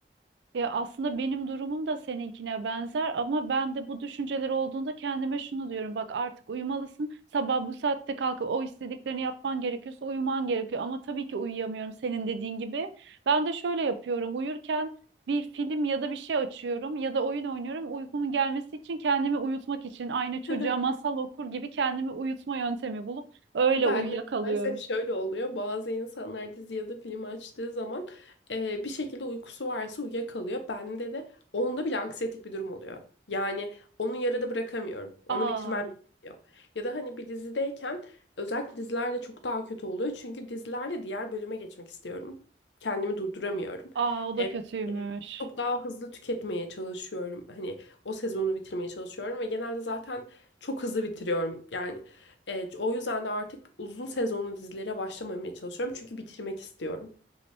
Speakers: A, on the right; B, on the left.
A: ya aslında benim durumum da seninkine benzer ama ben de bu düşünceler olduğunda kendime şunu diyorum. Bak artık uyumalısın. Sabah bu saatte kalkıp o istediklerini yapman gerekiyorsa uyuman gerekiyor. Ama tabii ki uyuyamıyorum senin dediğin gibi. Ben de şöyle yapıyorum. Uyurken bir film ya da bir şey açıyorum ya da oyun oynuyorum. Uykumun gelmesi için kendimi uyutmak için aynı çocuğa
B: <laughs>
A: masal okur gibi kendimi uyutma yöntemi bulup öyle
B: Ben
A: uyuyakalıyorum.
B: de maalesef şöyle oluyor. Bazı insanlar dizi ya da film açtığı zaman e, bir şekilde uykusu varsa uyuyakalıyor. Bende de onda bile anksiyetik bir durum oluyor. Yani onu yarıda bırakamıyorum. Onu
A: Aa,
B: bitirmem gerekiyor. Ya da hani bir dizideyken özellikle dizilerde çok daha kötü oluyor. Çünkü dizilerde diğer bölüme geçmek istiyorum. Kendimi durduramıyorum.
A: aa o da
B: E,
A: kötüymüş.
B: e, çok daha hızlı tüketmeye çalışıyorum. Hani o sezonu bitirmeye çalışıyorum ve genelde zaten çok hızlı bitiriyorum. Yani Evet, o yüzden de artık uzun sezonlu dizilere başlamamaya çalışıyorum. Çünkü bitirmek istiyorum.